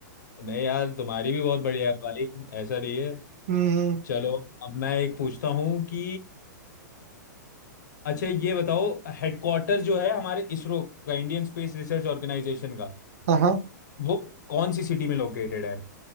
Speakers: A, on the left; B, on the right.
A: नहीं यार तुम्हारी भी बहुत बढ़िया है भाई ऐसा नहीं है
B: हम्म
A: चलो अब मैं एक पूछता हूँ कि अच्छा ये बताओ हेडक्वार्टर जो है हमारे इसरो का इंडियन स्पेस रिसर्च ऑर्गेनाइजेशन का
B: हाँ हाँ।
A: वो कौन सी सिटी में लोकेटेड है